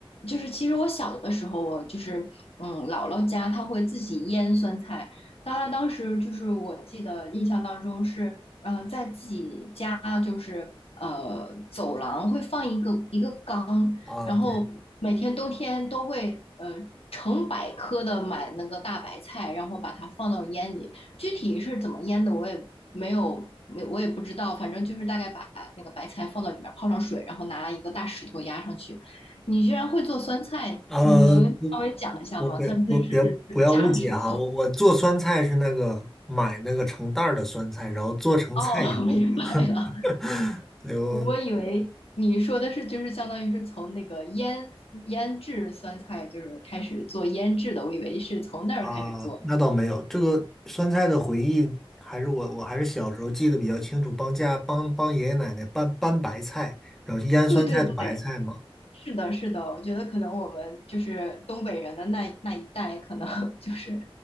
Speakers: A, on the left; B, in the centre.
A: 就是其实我小的时候，我就是嗯，姥姥家她会自己腌酸菜。她当时就是我记得印象当中是，呃，在自己家就是呃走廊会放一个一个缸。
B: 啊，
A: 然后每天冬天都会呃成百颗的买那个大白菜，
B: 对。
A: 然后把它放到腌里。具体是怎么腌的，我也没有没我也不知道，反正就是大概把那个白菜放到里面泡上水，然后拿一个大石头压上去。你居然会做酸菜，
B: 啊，
A: 你能稍微讲一下吗？
B: 不我别不别不要误解哈，
A: 它那是加了什么东西？
B: 我我做酸菜是那个买那个成袋儿的酸菜，然后做成菜肴。
A: 哦，明白了。
B: <laughs> 对，我
A: 我以为你说的是，就是相当于是从那个腌腌制酸菜，就是开始做腌制的。我以为是从那儿开始做。
B: 啊、那倒没有，这个酸菜的回忆还是我我还是小时候记得比较清楚，帮家帮帮爷爷奶奶搬搬白菜，然后就腌酸菜的白菜嘛。
A: 对对对，<laughs> 是的，是的。我觉得可能我们就是东北人的那那一代，可能 <laughs> 就是